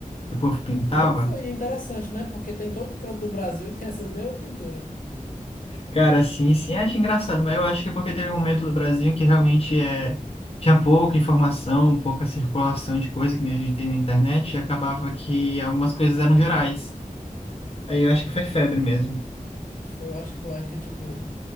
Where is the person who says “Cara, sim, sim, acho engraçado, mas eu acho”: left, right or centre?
Left